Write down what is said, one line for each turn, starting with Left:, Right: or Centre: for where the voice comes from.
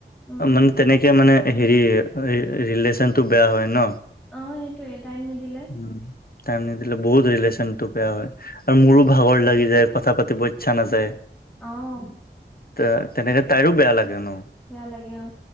Centre: উম
Left: মানে তেনেকে এতিয়া মানে হেৰি ৰিলেচন টো বেয়া হয় ন।
Centre: অ সেইটোয়ে টাইম নিদিলে
Left: উম, টাইম নিদিলে বহুত ৰিলেচনটো বেয়া হয়, আৰু মোৰো ভাগৰ লাগি যায়, কথা পাতিব ইচ্ছা নাযায়।
Centre: অহ,
Left: তে তেনেকে তাইৰো বেয়া লাগে ন।
Centre: বেয়া লাগে অ,